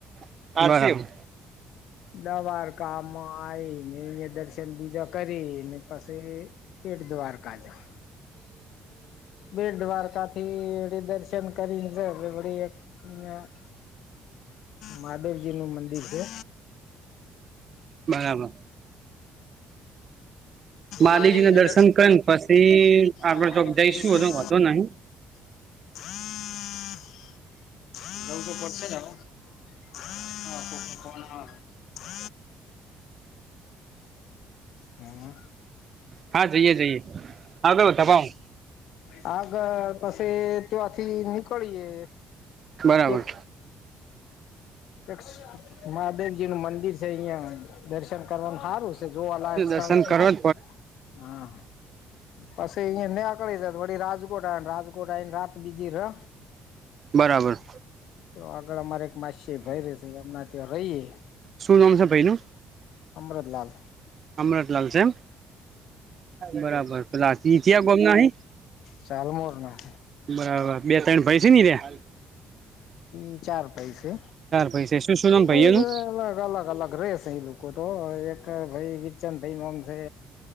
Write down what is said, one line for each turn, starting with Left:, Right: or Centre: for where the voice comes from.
Right: બરાબર બરાબર
Left: દવારકામાં આઈને દર્શન બીજા કરી ને પછી બેટ દ્વારકા જા બેટ દ્વારકાથી દર્શન કરીને જાય બે ઘડીએ અહીંયા મહાદેવજીનું મંદિર છે.
Right: બરાબર. મહાદેવજીને
Left: મહાદેવજી ના
Right: દર્શન કરીને પછી આપણે
Left: આગળ
Right: તો
Left: જો
Right: જઈશું
Left: જવું
Right: હતો હતો નહિ
Left: <inaudible> જવું તો પડશે ને હા કોક નો ફોન આવે છે. હમમ.
Right: હા જઈએ જઈએ હા તો તપાવો
Left: આગળ પછી ત્યાંથી નીકળીએ
Right: બરાબર.
Left: એક એક સે મહાદેવજી નું મંદિર છે અહિયાં દર્શન કરવાનું સારું છે જોવાલાયક સ્થળ
Right: પસંદ
Left: છે.
Right: કરો.
Left: હા પછી અહીં ન્યા કને જાવ પછી વળી રાત રાજકોટ આવાનું રાજકોટ આવીને રાત બીજી રો
Right: બરાબર
Left: તો આગળ અમારે એક માસીયાઈ ભઈ રે છે એમને ત્યાં રહીએ
Right: શું નામ છે ભઈ નું?
Left: અમૃતલાાલ.
Right: અમરતલાલ છે એમ. બરાબર પેલા ટી થયા ગામના અહીં?
Left: ચાલમોર ના
Right: બરાબર બે ત્રણ ભઈ છે ની ત્યા.
Left: એ ચાર ભઈ સે.
Right: ભાઈ છે શું શું નામ ભાઈઓ
Left: પણ
Right: નું
Left: અલગ અલગ અલગ રશે એ લોકો તો એક ભઈ વીરચંદ ભઈ નામ બે